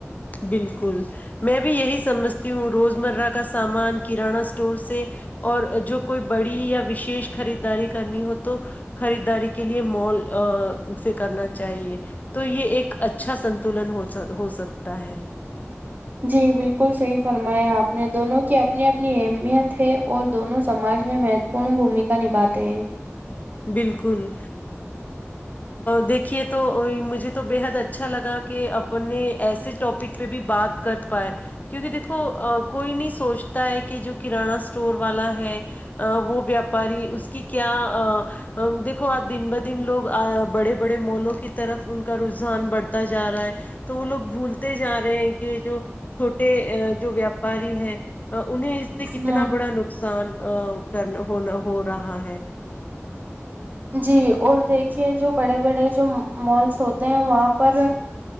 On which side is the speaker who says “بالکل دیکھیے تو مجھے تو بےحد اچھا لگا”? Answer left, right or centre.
Left